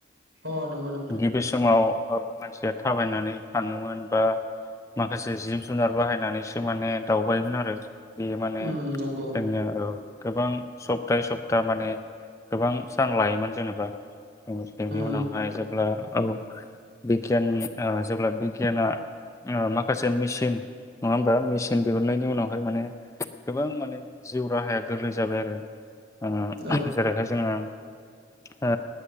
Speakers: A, on the right (about 70°); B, on the left (about 15°).
A: अ नंगौ नोंथां
B: गिबि समाव औ मानसिया थाबायनानै थाङोमोन बा माखासे जिब जुनार बाहायनानैसो माने दावबायोमोन आरो बेयो माने
A: उम नंगौ
B: जोंनो औ गोबां सफ्थायै स फ्था माने गोबां सान लायोमोन जेनेबा। <unintelligible> बेनि
A: उम
B: उनावहाय जेब्ला औ बिगियाननि ओ जेब्ला बिगियाना ओ माखासे मेचिन नङा होमबा मेचिन दिहुननायनि उनावहाय माने गोबां माने जिउ राहाया गोरलै जाबाय आरो। <unintelligible>
A: औ
B: जेरैहाय जोङो ओ